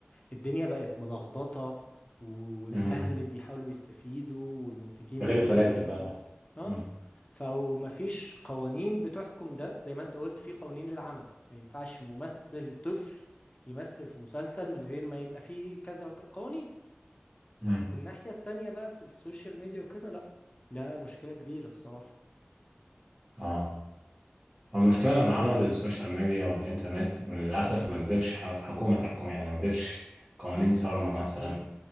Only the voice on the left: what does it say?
الدنيا بقت ملخبطة و- والاهل
بيحاولوا يستفيدوا والمنتجين
بيستفيدوا
اه
فمفيش قوانين بتحكم ده زي ما انت قلت في قوانين للعمل ما ينفعش ممثل طفل يمثل في مسلسل من غير ما يبقى فيه كذا وكذا قوانين
الناحية التانية بقى في السوشيال ميديا وكده لا ده مشكلة كبيرة الصراحة
امم